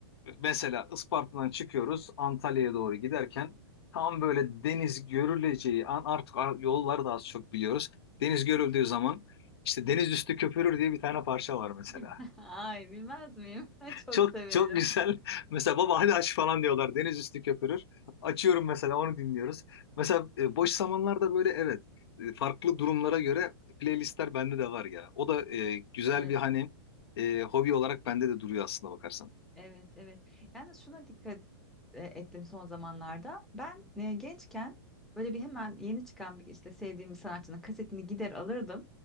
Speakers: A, on the left; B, in the centre.
A: mesela Isparta'dan çıkıyoruz Antalya'ya doğru giderken tam böyle deniz görüleceği an artık ar- yolları da az çok biliyoruz. Deniz görüldüğü zaman işte deniz üstü köpürür diye bir tane parça var mesela.
B: <laughs> Ay bilmez miyim? <laughs> Çok
A: Çok
B: severim.
A: çok güzel. <laughs> Mesela baba hadi aç falan diyorlar. Deniz üstü köpürür. Açıyorum mesela onu dinliyoruz. Mesela e, boş zamanlarda böyle evet e, farklı durumlara göre playlistler bende de var ya. O da e, güzel
B: Evet.
A: bir hani e, hobi olarak bende de duruyor aslında bakarsan.
B: Evet, evet. Yani şuna dikkat e, ettim son zamanlarda. Ben e, gençken böyle bir hemen yeni çıkan bir işte sevdiğim bir sanatçının kasetini gider alırdım